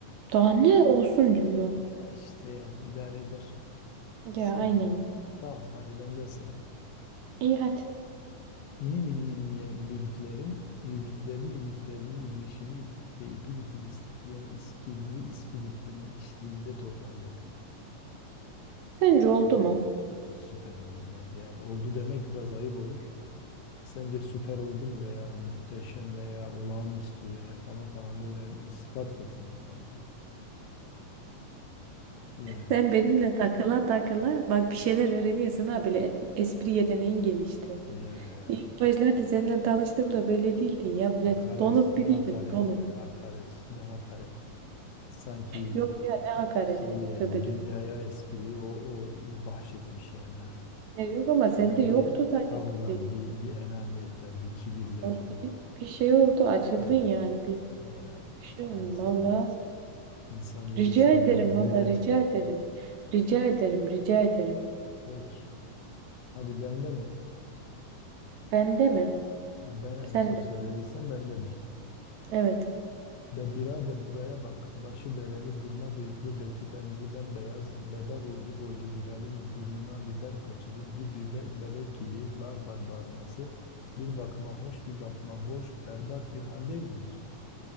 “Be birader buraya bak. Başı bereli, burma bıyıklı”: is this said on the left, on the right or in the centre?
Left